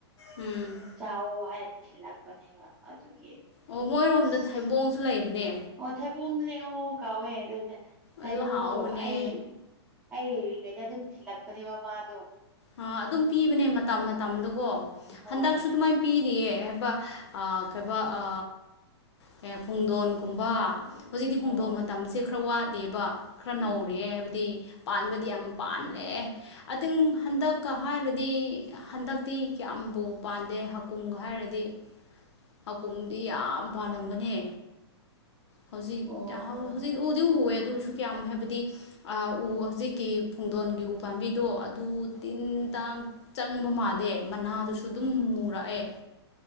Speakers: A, on the left (about 75°); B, in the centre.
A: ꯎꯝ
B: ꯆꯥꯎ ꯍꯥꯏꯅ ꯊꯤꯜꯂꯛꯄꯅꯦꯕ ꯑꯗꯨꯒꯤ
A: ꯑꯣ ꯃꯣꯏꯔꯣꯝꯗ
B: ꯑꯁ
A: ꯊꯩꯕꯣꯡꯁꯨ ꯂꯩꯕꯅꯦ
B: ꯑꯣ ꯊꯩꯕꯣꯡꯗꯨꯅꯦ ꯑꯣ ꯀꯥꯎꯋꯦ ꯑꯗꯨꯅꯦ ꯊꯩꯕꯣꯡꯗꯣ
A: ꯑꯗꯨ ꯍꯥꯎꯕꯅꯦ
B: ꯑꯩ ꯑꯩ ꯂꯩꯔꯤꯉꯩꯗ ꯑꯗꯨꯝ ꯊꯤꯜꯂꯛꯄꯅꯦꯕ ꯃꯗꯣ
A: ꯑ ꯑꯗꯨꯝ ꯄꯤꯕꯅꯦ ꯃꯇꯝ ꯃꯇꯝꯗꯨꯀꯣ
B: ꯍꯣꯏ
A: ꯍꯟꯗꯛꯁꯨ ꯑꯗꯨꯃꯥꯏ ꯄꯤꯔꯤꯌꯦ ꯍꯥꯏꯕ ꯑ ꯀꯩꯕ ꯑ ꯀꯩ ꯄꯨꯡꯗꯣꯟꯀꯨꯝꯕ ꯍꯧꯖꯤꯛꯇꯤ
B: ꯑꯣ
A: ꯄꯨꯡꯗꯣꯟ ꯃꯇꯝꯁꯦ ꯈꯔ ꯋꯥꯠꯂꯤꯌꯦꯕ ꯈꯔ ꯅꯧꯔꯤ
B: ꯎꯝ
A: ꯍꯥꯏꯕꯗꯤ ꯄꯥꯟꯕꯗꯤ ꯌꯥꯝ ꯄꯥꯜꯂꯦ ꯑꯇꯤꯡ ꯍꯟꯗꯛꯀ ꯍꯥꯏꯔꯗꯤ ꯍꯟꯗꯛꯇꯤ ꯀꯌꯥꯝꯕꯨ ꯄꯥꯟꯗꯦ ꯍꯀꯨꯝꯒ ꯍꯥꯏꯔꯗꯤ ꯍꯀꯨꯝꯗꯤ ꯌꯥꯝ ꯄꯥꯜꯂꯝꯕꯅꯦ ꯍꯧꯖꯤꯛ
B: ꯑꯣ
A: ꯌꯥꯍꯧ ꯍꯧꯖꯤꯛ ꯎꯗꯤ ꯎꯋꯦ ꯑꯗꯨꯔꯁꯨ ꯀꯌꯥꯝ ꯍꯥꯏꯕꯗꯤ ꯑ ꯎ ꯍꯧꯖꯤꯛꯀꯤ ꯄꯨꯡꯗꯣꯟꯒꯤ ꯎ ꯄꯥꯝꯕꯤꯗꯣ ꯑꯗꯨ ꯇꯤꯟ ꯇꯥꯡ ꯆꯪꯕ ꯃꯥꯜꯂꯦ ꯃꯅꯥꯗꯨꯁꯨ ꯑꯗꯨꯝ ꯃꯨꯔꯛꯑꯦ